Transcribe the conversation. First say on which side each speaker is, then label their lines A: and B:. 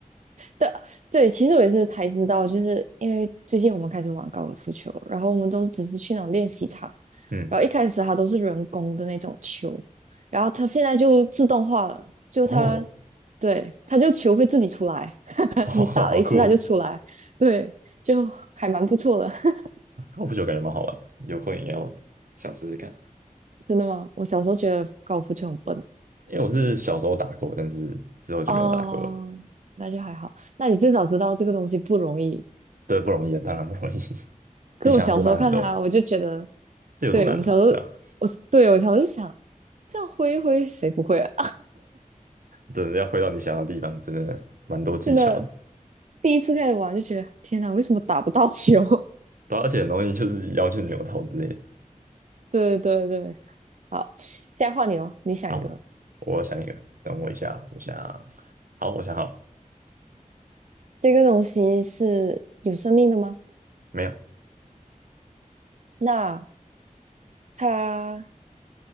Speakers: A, on the right; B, on the right.
A: 对对，其实我也是才知道，就是因为最近我们开始玩高尔夫球，然后我们都只是去那种练习场，
B: 嗯，
A: 然后一开始它都是人工的那种球，然后它现在就自动化了，就它，
B: 哦，
A: 对，它就球会自己出来，<laughs>
B: <laughs> 好酷哦，
A: 你打了一次它就出来，对，就还蛮不错的。<laughs>
B: 高尔夫球感觉蛮好玩的，有空也要想试试看。
A: 真的吗？我小时候觉得高尔夫球很笨
B: 因为我是小时候打过，但是之后就没有打过了。
A: 哦，那就还好。那你至少知道这个东西不容易。
B: 对，不容易啊，当然不容易，<laughs>
A: 可我小时候看它，
B: 比想象中难很多。
A: 我就觉得
B: 这有什么难的？
A: 对，我小时候，
B: 对啊，
A: 我对我小时候想这样挥一挥，谁不会啊？
B: 真的要回到你想要的地方，真的蛮多技巧的。
A: <laughs> 真的，第一次开始玩就觉得天哪，为什么打不到球？
B: 对啊而且很容易就是腰去扭头之类的。
A: <laughs> 对对对，好，现在换你哦，你想一个，
B: 好，我想一个，等我一下，我想，好，我想好了，
A: 这个东西是有生命的吗？
B: 没有。
A: 那它